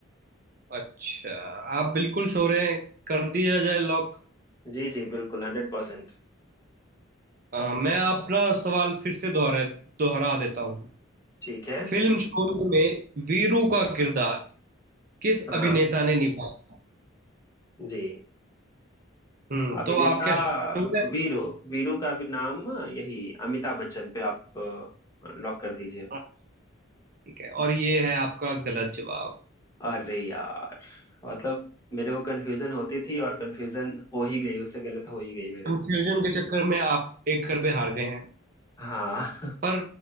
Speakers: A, on the right; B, on the left.
A: अच्छा आप बिल्कुल श्योर हैं कर दिया जाए लॉक
B: जी जी बिल्कुल हंड्रेड परसेंट
A: आ, मैं अपना सवाल फिर से दोहरा दोहरा देता हूँ
B: ठीक है
A: फिल्म शोले में वीरू का किरदार किस
B: हाँ
A: अभिनेता ने निभाया था?
B: जी
A: हम्म
B: अभिनेता
A: तो आप क्या श्योर है
B: वीरू वीरू का भी नाम यही अमिताभ बच्चन पे आप लॉक कर दीजिए
A: हाँ, ठीक है और ये है आपका गलत जवाब
B: अरे यार मतलब मेरे को कंफ्यूजन होती थी और कंफ्यूजन हो ही गई उससे गलत हो ही गई मेरे
A: कंफ्यूजन
B: को
A: के चक्कर में आप एक कर पे हार गए हैं
B: हाँ
A: पर